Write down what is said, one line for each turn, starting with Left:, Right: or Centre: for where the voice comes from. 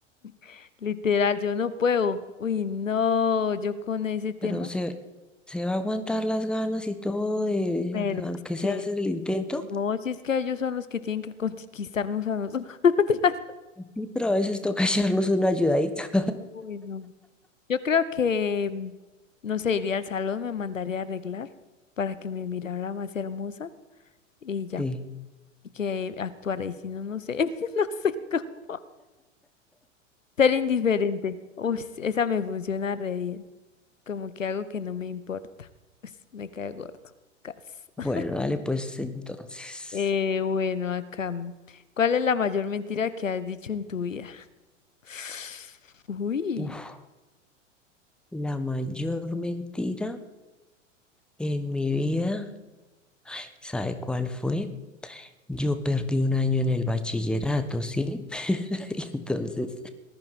Left: <laughs> Literal, yo no puedo. Uy, no, yo con ese tema,
Centre: pero se, se va a aguantar las ganas y todo de,
Left: pero
Centre: aunque
Left: es que
Centre: sea hacer el intento.
Left: no, si es que ellos son los que tienen que conquistarnos a nosotros. <laughs>
Centre: Sí, pero a veces toca <laughs> echarnos una ayudadita.
Left: Uy, no. Yo creo que, mm, no sé, iría al salón, me mandaría a arreglar para que me mirara más hermosa y ya,
Centre: Sí,
Left: y que actuara, y si no, no sé, <laughs> no sé cómo. Ser indiferente. Uy, esa me funciona re bien. como que algo que no me importa. Pues me cae gordo. Cas.
Centre: bueno,
Left: <laughs>
Centre: dale pues entonces.
Left: Eh, bueno, acá. mm, ¿Cuál es la mayor mentira que has dicho en tu vida? <sighs> Uy.
Centre: Uf, la mayor mentira en mi vida, ¿sabe cuál fue? Yo perdí un año en el bachillerato, ¿sí? <laughs> Y entonces,